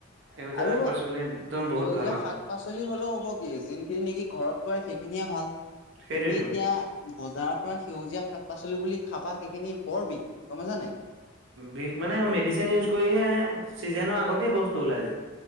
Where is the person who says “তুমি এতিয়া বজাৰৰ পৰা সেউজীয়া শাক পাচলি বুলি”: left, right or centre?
Left